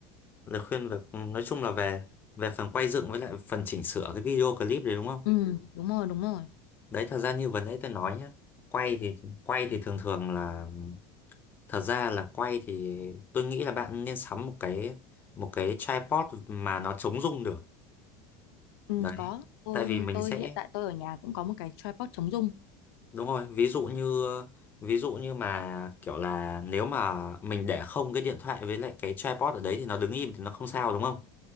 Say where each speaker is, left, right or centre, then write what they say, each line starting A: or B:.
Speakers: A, on the left; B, on the left.
A: lời khuyên về nói chung là về về phần quay dựng với lại phần chỉnh sửa cái video clip đấy đúng không
B: Ừ, Ừ. đúng rồi, đúng rồi.
A: đấy thật ra như vừa nãy tôi nói nhá quay thì quay thì thường thường là thật ra là quay thì tôi nghĩ là bạn nên sắm một cái một cái tripod mà nó chống rung được
B: Ừ,
A: đấy
B: có. Tôi
A: tại vì mình
B: tôi
A: sẽ
B: hiện tại tôi ở nhà cũng có một cái tripod chống rung.
A: đúng rồi ví dụ như ví dụ như mà kiểu là nếu mà mình để không cái điện thoại với lại cái tripod ở đấy thì nó đứng im thì nó không sao đúng không